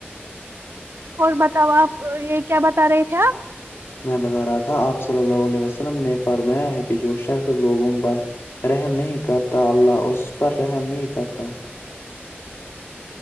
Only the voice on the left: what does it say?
میں بتا رہا تھا آپ صلی اللہ علیہ وسلم نے فرمایا ہے کہ جو شخص لوگوں پر رحم نہیں کرتا اللہ اس پر رحم نہیں کرتا